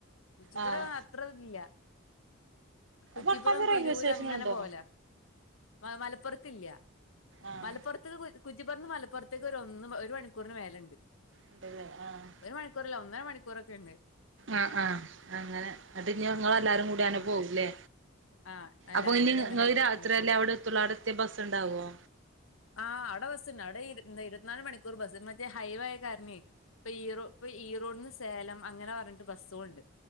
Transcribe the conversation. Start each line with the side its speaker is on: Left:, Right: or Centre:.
Left: കുറ്റിപ്പുറം
Right: ആഹ്
Left: അത്രല്ല കുറ്റിപ്പുറം
Right: വട്ടാഞ്ചി
Left: തിരൂര്
Right: റെയിൽവേ സ്റ്റേഷനുണ്ടോ
Left: അങ്ങനെ പോല മ മലപ്പുറത്തില്ല
Right: ആഹ്
Left: മലപ്പുറത്ത് കുറ്റിപ്പറന്ന് മലപ്പുറത്തേക്ക് ഒരു ഒന്ന് ഒരു മണിക്കൂറിന് മേലുണ്ട്
Right: ഉണ്ടല്ലേ ആഹ്
Left: ഒരു മണിക്കൂറല്ല ഒന്നര മണിക്കൂറൊക്കെ ഉണ്ട്
Right: ആഹ് ആഹ് അങ്ങനെ അത് ഇനി നിങ്ങ എല്ലാരും കൂടി അനെ
Left: ആ
Right: പോവുംല്ലേ
Left: ആ എല്ലാരും
Right: അപ്പൊ ഇനിങ്ങ
Left: കൂടി അങ്ങനെ
Right: രാത്രിയല്ലേ
Left: ഇഞ്ഞ് പോവും
Right: അവിടെത്തുള്ള അടത്തെ ബസ്സ ഉണ്ടാവുവോ
Left: ആഹ് അവിടെ ബസ്സുണ്ട് അവിടെ ഇരുപത്തിനാല് മണിക്കൂർ ബസ് മറ്റേ ഹൈവേ ആ കാരണ ഇപ്പൊ ഈറോ ഇപ്പൊ ഈ റോഡന്ന് സേലം അങ്ങനെ പറഞ്ഞിട്ട് ബസ്സുകുണ്ട്